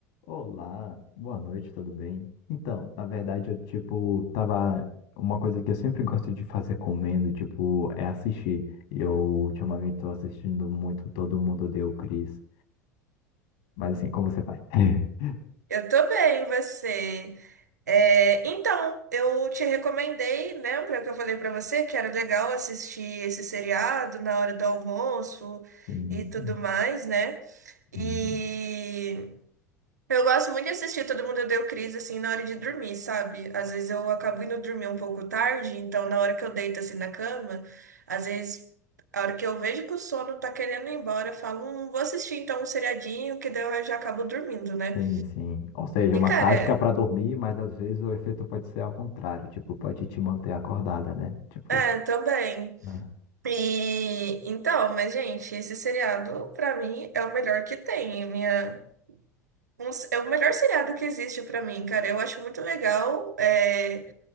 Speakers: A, on the left; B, on the right.
A: Olá, boa noite, tudo bem? Então, na verdade, eu, tipo, tava. Uma coisa que eu sempre gosto de fazer comendo, tipo, é assistir. Eu ultimamente tô assistindo muito Todo Mundo Odeia o Chris. Mas assim, como você vai? <laughs>
B: Eu tô bem, você. É, então, eu te recomendei, lembra que eu falei pra você que era legal assistir esse seriado na hora do almoço
A: Sim,
B: e
A: sim.
B: tudo mais, né? E
A: Uhum.
B: eu gosto muito de assistir Todo Mundo Deu Crise assim na hora de dormir, sabe? Às vezes eu acabo indo dormir um pouco tarde, então na hora que eu deito assim na cama, às vezes a hora que eu vejo que o sono tá querendo ir embora, eu falo, hum, vou assistir então um seriadinho que daí eu já acabo dormindo, né?
A: Sim, sim. Ou seja,
B: E,
A: é uma
B: cara,
A: tática para dormir, mas às vezes o efeito pode ser ao contrário, tipo, pode te manter acordada, né? Tipo
B: É,
A: isso,
B: também.
A: né?
B: E então, mas gente, esse seriado pra mim é o melhor que tem. Minha um- é o melhor seriado que existe pra mim, cara. Eu acho muito legal. é,